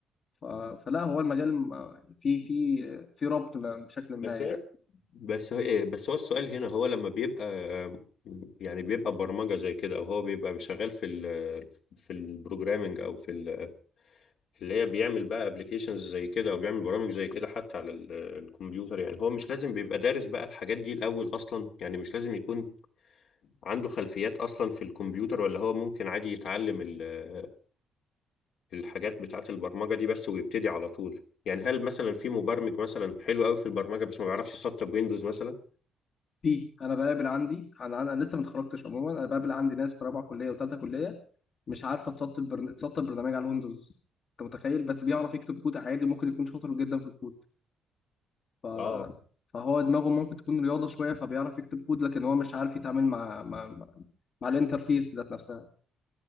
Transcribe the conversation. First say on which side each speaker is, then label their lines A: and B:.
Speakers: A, on the left; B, on the left.
A: ف... فلا هو المجال م- في في في ربط ما بشكل ما
B: بس
A: يعني
B: هي بس هي بس هو السؤال هنا هو لما بيبقى آه، يعني بيبقى برمجه زي كده او هو بيبقى شغال في ال في البروجرامنج او في ال- اللي هي بيعمل بقى ابلكيشنز زي كده او بيعمل برامج زي كده حتى على ال- الكمبيوتر يعني هو مش لازم بيبقى دارس بقى الحاجات دي الاول اصلا يعني مش لازم يكون عنده خلفيات أصلا في الكمبيوتر ولا هو ممكن عادي يتعلم ال- الحاجات بتاعة البرمجة دي بس ويبتدي على طول يعني هل مثلا في مبرمج مثلا حلو قوي في البرمجة بس ما بيعرفش يسطب ويندوز مثلا
A: في انا بقابل عندي انا انا لسه ما اتخرجتش عموما انا بقابل عندي ناس في رابعه كليه وثالثه كليه مش عارفه تسطب برن... تسطب برنامج على الويندوز انت متخيل بس بيعرف يكتب كود عادي ممكن يكون شاطر جدا في الكود ف...
B: اه
A: فهو دماغه ممكن تكون رياضه شويه فبيعرف يكتب كود لكن هو مش عارف يتعامل مع مع مع, مع الانترفيس ذات نفسها